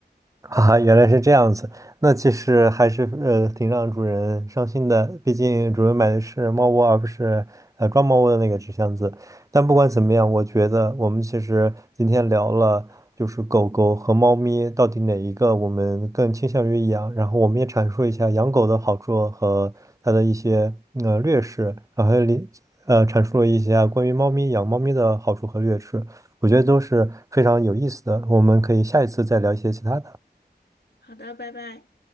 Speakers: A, on the right (about 20°); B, on the left (about 70°).
A: <laughs> 啊，原来是这样子，那其实还是呃挺让主人伤心的，毕竟主人买的是猫窝，而不是呃装猫窝的那个纸箱子。但不管怎么样，我觉得我们其实今天聊了，就是狗狗和猫咪到底哪一个我们更倾向于养，然后我们也阐述一下养狗的好处和它的一些呃劣势，然后里呃阐述了一下关于猫咪养猫咪的好处和劣势，我觉得都是非常有意思的，我们可以下一次再聊一些其他的。
B: 好的，拜拜。